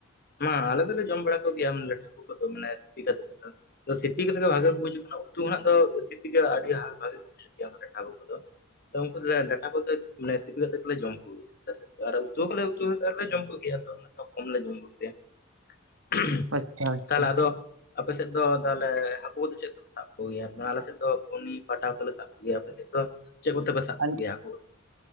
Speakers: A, on the left; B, on the right.
A: ᱢᱟ ᱟᱞᱮ ᱫᱚᱞᱮ ᱡᱚᱢ ᱵᱟᱲᱟ ᱠᱚᱜᱮᱭᱟ ᱦᱟᱹᱠᱩ ᱠᱚᱫᱚ ᱢᱟᱱᱮ ᱥᱤᱯᱤ ᱠᱟᱛᱮᱜ ᱥᱤᱯᱤ ᱠᱟᱛᱮ ᱜᱮ ᱵᱷᱟᱜᱮ ᱠᱚ ᱵᱩᱡᱩᱜ ᱠᱟᱱᱟ, ᱩᱛᱩ ᱠᱷᱚᱱᱟᱜ ᱫᱚ ᱥᱤᱯᱤ ᱜᱮ ᱟᱹᱰᱤ ᱵᱷᱟᱜᱤ ᱠᱚ ᱵᱩᱡᱷᱟᱹᱜ ᱜᱮᱭᱟ ᱚᱱᱟ ᱞᱮᱴᱷᱟᱹ ᱦᱟᱹᱠᱩ ᱠᱚᱫᱚ ᱩᱱᱠᱩ ᱞᱮᱴᱷᱟ ᱠᱚᱫᱚ ᱢᱟᱱᱮ ᱥᱤᱯᱤ ᱠᱟᱛᱮ ᱜᱮᱞᱮ ᱡᱚᱢ ᱠᱚ ᱜᱮᱭᱟ᱾ᱪᱮᱫᱟᱜ ᱥᱮ ᱟᱨ ᱩᱛᱩ ᱠᱚᱞᱮ ᱩᱛᱩ ᱠᱟᱛᱮᱞᱮ ᱡᱚᱢ ᱠᱚ ᱜᱮᱭᱟ ᱛᱚ ᱠᱚᱢᱞᱮ ᱡᱚᱢ ᱠᱚᱜᱮᱭᱟ᱾ᱛᱟᱦᱞᱮ
B: ᱟᱪᱪᱷᱟ ᱟᱪᱪᱷᱟ
A: ᱟᱫᱚ ᱟᱯᱮ ᱥᱮᱫ ᱫᱚ ᱛᱟᱦᱚᱞᱮ ᱦᱟᱹᱠᱩ ᱠᱚ ᱫᱚ ᱪᱮᱫ ᱥᱟᱵ ᱠᱚ ᱜᱮᱭᱟ, ᱟᱞᱮ ᱥᱮᱫ ᱫᱚ ᱜᱷᱩᱱᱤ ᱯᱟᱴᱟᱣ ᱠᱟᱛᱮ ᱞᱮ ᱥᱟᱵ ᱠᱚ ᱜᱮᱭᱟᱞᱮ, ᱟᱯᱮ ᱥᱮᱫ ᱫᱚ ᱪᱮᱫ ᱠᱚᱛᱮ ᱯᱮ ᱥᱟᱵ
B: ᱟᱞ
A: ᱜᱮᱭᱟ ᱦᱟᱹᱠᱩ?